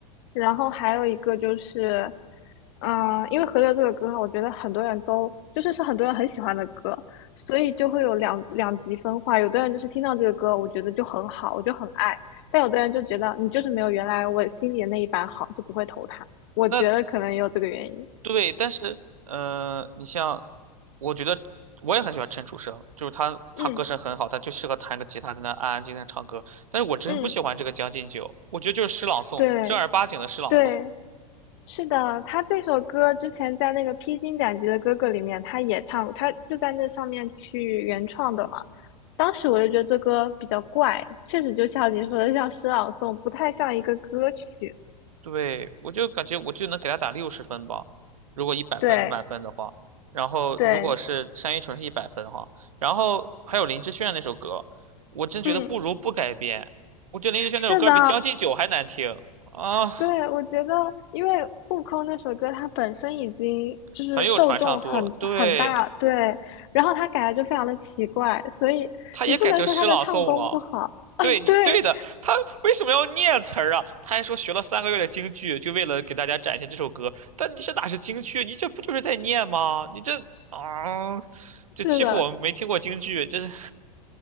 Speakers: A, on the left (about 45°); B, on the right (about 65°).
A: 然后还有一个就是，嗯、因为《河流》这个歌，我觉得很多人都就是是很多人很喜欢的歌，所以就会有两两极分化。有的人就是听到这个歌，我觉得就很好，我就很爱；但有的人就觉得你就是没有原来我心里的那一版好，就不会投他。我觉得可能也有这个原因。
B: 那对，但是呃，你像，我觉得我也很喜欢陈楚生，就是他他歌声很好，
A: 嗯
B: 他就适合弹个吉他在那安安静静地唱歌。但是我真不喜欢这个《将进酒》，
A: 嗯，
B: 我觉得就是诗朗诵，
A: 对
B: 正儿八经的诗朗诵。
A: 对是的，他这首歌之前在那个《披荆斩棘的哥哥》里面他也唱过，他就在那上面去原创的嘛。当时我就觉得这歌比较怪，确实就像你说的，像诗朗诵，不太像一个歌曲。
B: 对，我就感觉我就能给他打六十分吧，如果一百分是满分的话，
A: 对
B: 然后如果是单依纯是一百分哈，
A: 对，
B: 然后还有林志炫那首歌，我真觉得不如不改编，
A: 嗯，
B: 我觉得林志炫那首歌比《将进酒》还难听啊，
A: 是的，对，我觉得因为《悟空》那首歌它本身已经就是受众很很大，
B: 很有传唱度了，对。
A: 对，然后他改的就非常的奇怪，所以你不能说他的唱功不好。
B: 他也改成诗朗诵了。
A: <laughs>
B: 对你对的，
A: 对，
B: 他为什么要念词儿啊？他还说学了三个月的京剧，就为了给大家展现这首歌。但你这哪是京剧？你这不就是在念吗？你这啊，这欺负我们没听过京剧，
A: 是的，
B: 这是